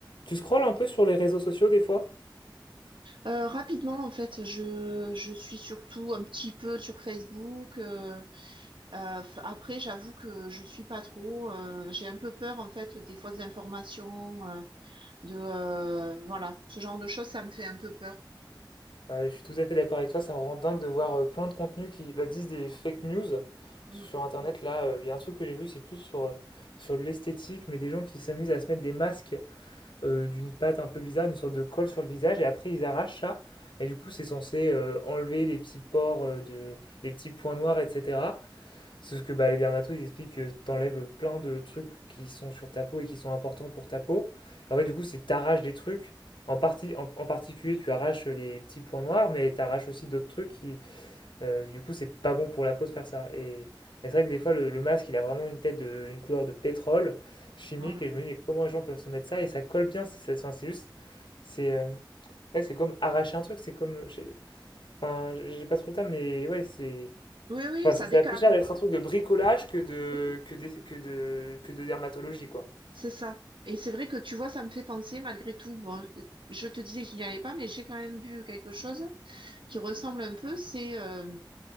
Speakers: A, on the left; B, on the right.
A: Tu scrolles un peu sur les réseaux sociaux des fois?
B: Euh, rapidement, en fait, je, je suis surtout un petit peu sur Facebook. euh, euh, f- après, j'avoue que je suis pas trop. euh, j'ai un peu peur, en fait, des fausses informations, euh, de euh, voilà, ce genre de choses, ça me fait un peu peur.
A: Ouais, je suis tout à fait d'accord avec toi, ça me rend dingue de voir euh, plein de contenus qui bah, disent des fake news
B: Mm.
A: sur Internet. Là, euh, il y a un truc que j'ai vu, c'est plus sur, euh, sur l'esthétique, mais des gens qui s'amusent à se mettre des masques euh, d'une pâte un peu bizarre, une sorte de colle sur le visage, et après ils arrachent ça. Et du coup, c'est censé euh, enlever les petits pores, euh, de, les petits points noirs, etc. Sauf que bah, les dermatos, ils expliquent que t'enlèves plein de trucs qui sont sur ta peau et qui sont importants pour ta peau. En fait, du coup, c'est t'arraches des trucs. En, partie, en, en particulier, tu arraches les petits points noirs, mais t'arraches aussi d'autres trucs qui, euh, du coup, c'est pas bon pour la peau de faire ça. Et, et c'est vrai que des fois, le, le masque, il a vraiment une tête de, une couleur de pétrole chimique,
B: Oh là
A: et
B: là.
A: je me dis, mais comment les gens peuvent se mettre ça? Et ça colle bien, c'est c'est- enfin, c'est juste, c'est euh, ouais, c'est comme arracher un truc, c'est comme, je enfin, j'ai j'ai pas trop le temps, mais ouais, c'est
B: Oui, oui,
A: Enfin,
B: ça
A: c'est-
B: décape.
A: ça a plus l'air
B: hein.
A: d'être un truc de bricolage que de,
B: <laughs>
A: que des- que de, que de dermatologie, quoi.
B: C'est ça. Et c'est vrai que tu vois, ça me fait penser, malgré tout, bon, je te disais que je n'y allais pas, mais j'ai quand même vu quelque chose qui ressemble un peu. C'est euh,